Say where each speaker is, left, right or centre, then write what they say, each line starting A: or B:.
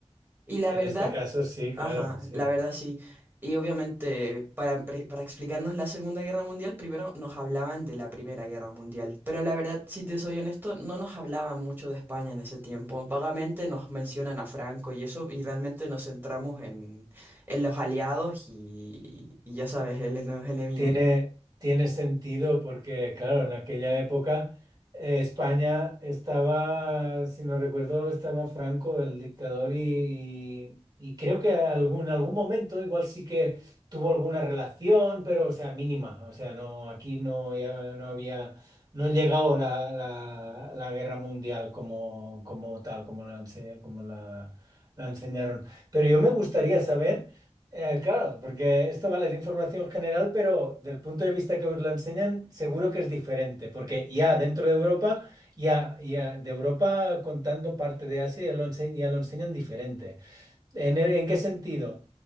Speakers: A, on the right; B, on the right.
A: Y la
B: En
A: verdad,
B: este caso, sí, claro,
A: ajá,
B: sí.
A: la verdad sí. Y obviamente para, empre- para explicarnos la Segunda Guerra Mundial, primero nos hablaban de la Primera Guerra Mundial. Pero la verdad, si te soy honesto, no nos hablaban mucho de España en ese tiempo. Vagamente nos mencionan a Franco y eso, y realmente nos centramos en, en los aliados y, y ya sabes, en los enemigos.
B: Tiene, tiene sentido porque, claro, en aquella época eh, España estaba, si no recuerdo, estaba Franco, el dictador, y, y creo que algún, en algún momento igual sí que tuvo alguna relación, pero, o sea, mínima. O sea, no, aquí no, ya no había, no ha llegado la, la, la guerra mundial como, como tal, como la, ense- como la la enseñaron. Pero yo me gustaría saber... Eh, claro, porque esto vale es información general, pero del punto de vista que os lo enseñan, seguro que es diferente, porque ya dentro de Europa, ya, ya de Europa contando parte de Asia, ya lo, ense- ya lo enseñan diferente. ¿En, en qué sentido?